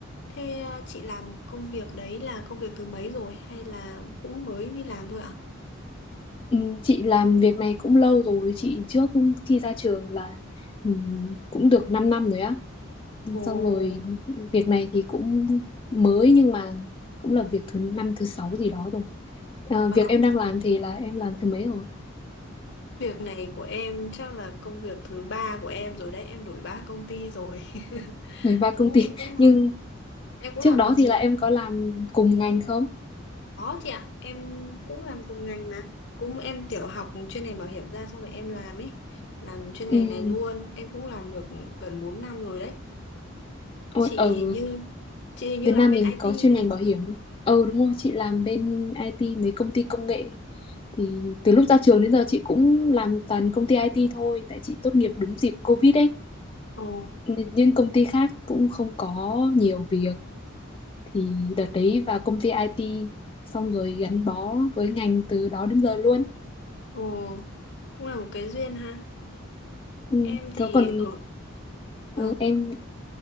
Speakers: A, on the left; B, on the left.
A: Thế à, chị làm công việc đấy là công việc thứ mấy rồi hay là cũng mới đi làm thôi ạ?
B: Ừ, Chị làm việc này cũng lâu rồi. Chị trước khi ra trường là ừ, cũng được 5 năm rồi á.
A: Ồ,
B: Xong rồi việc này thì cũng mới nhưng mà cũng là việc thứ năm thứ sáu gì đó rồi. Ờ,
A: Ờ,
B: việc em đang làm thì là em làm thứ mấy rồi?
A: Việc này của em chắc là công việc thứ ba của em rồi đấy, em đổi ba công ty rồi. <laughs>
B: mười ba
A: Cũng
B: công ty.
A: em
B: <laughs>
A: cũng làm
B: Nhưng
A: em cũng
B: trước
A: làm
B: đó thì là em có làm cùng ngành không?
A: Có chị ạ, em cũng làm cùng ngành mà. Cũng em tiểu học chuyên ngành bảo hiểm ra xong rồi em làm ấy. Làm chuyên
B: Ừ.
A: ngành này luôn, em cũng làm được gần 4 năm rồi đấy.
B: Ôi,
A: Chị
B: ở
A: hình như chị hình như
B: Việt
A: làm
B: Nam
A: bên
B: mình
A: IT
B: có
A: nhỉ?
B: chuyên ngành bảo hiểm luôn. Ừ đúng rồi, chị làm bên IT mấy công ty công nghệ thì từ lúc ra trường đến giờ chị cũng làm toàn công ty IT thôi tại chị tốt nghiệp đúng dịp Covid ấy.
A: Ồ,
B: Nên Nhưng công ty khác cũng không có nhiều việc thì đợt đấy vào công ty IT xong rồi gắn bó với ngành từ đó đến giờ luôn.
A: ồ, cũng là một cái duyên ha.
B: Ừ,
A: Em thì
B: có còn
A: ở vâng,
B: ừ, em